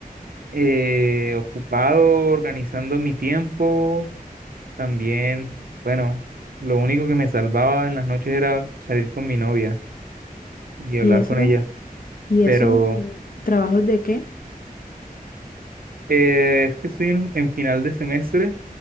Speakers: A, on the right (about 70°); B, on the left (about 70°).
A: eh, ocupado, organizando mi tiempo. También, bueno, lo único que me salvaba en las noches era salir con mi novia y hablar
B: ¿Y eso?
A: con ella,
B: ¿Y
A: pero
B: eso? ¿Trabajos de qué?
A: eh, es que estoy en en final de semestre.